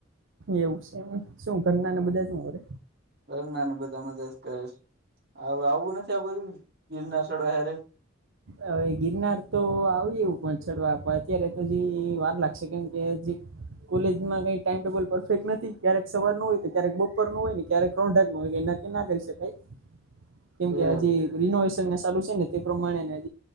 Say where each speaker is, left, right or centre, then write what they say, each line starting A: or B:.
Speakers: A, on the right; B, on the right.
A: એવું છે, શું ઘરના
B: હા
A: ને બધા શું કરે?
B: ઘરના ને બધા મજા જ કરીશ. હવ આવું નથી આ બધું ગીરના સ્થળવા હારુ?
A: હવે ગિરનાર તો આવીએ એવું પણ ચડવા પણ અત્યારે તો જે વાર લાગશે કેમ કે કોલેજ માં કઈ ટાઈમટેબલ પરફેક્ટ નથી ક્યારેક સવારનું હોય તો ક્યારેક બપોરનું હોય ને ક્યારેક <unintelligible> નકી ના કરી શકાય કેમ
B: એ
A: કે
B: એવું
A: હજી
B: છે
A: રીનોવેશન <unintelligible> છે ને તે પ્રમાણેળ